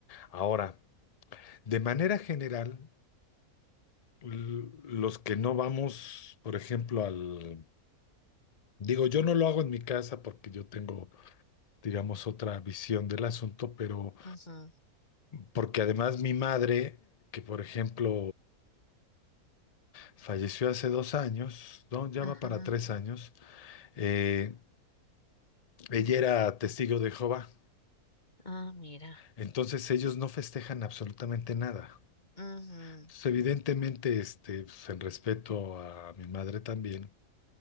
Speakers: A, on the left; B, on the left.
A: Ahora, de manera general, l- los que no vamos, por ejemplo, al... Digo, yo no lo hago en mi casa porque yo tengo, digamos, otra visión del asunto, pero
B: ajá,
A: porque además mi madre, que por ejemplo Falleció hace dos años, no, ya
B: ajá.
A: va para tres años. Eh, ella era testigo de Jehová,
B: Ah, mira.
A: entonces ellos no festejan absolutamente nada.
B: Ujú.
A: Entonces, evidentemente, este, pues, en respeto a mi madre también,